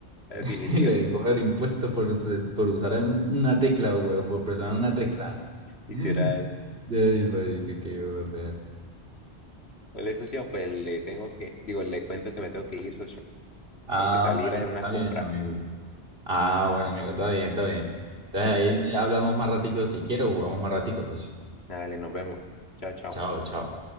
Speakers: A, on the left; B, on the right.
A: la
B: <laughs>
A: definitiva,
B: Y Le cobran impuestos por, us- por usar un- una tecla, weón, por presionar una tecla. <laughs>
A: literal.
B: Ay, marica, qué dolor de- ver.
A: Hola, socio, pues le tengo que, digo, le cuento que me tengo que ir, socio.
B: Ah,
A: Tengo que salir
B: bueno,
A: a hacer
B: está
A: unas compras.
B: bien, amigo. Ah, bueno, amigo, está bien, está bien. Entonces
A: Ah, sí.
B: ahí hablamos más ratico si quiero, jugamos más ratico, socio.
A: Dale, nos vemos. Chao, chao.
B: Chao, chao.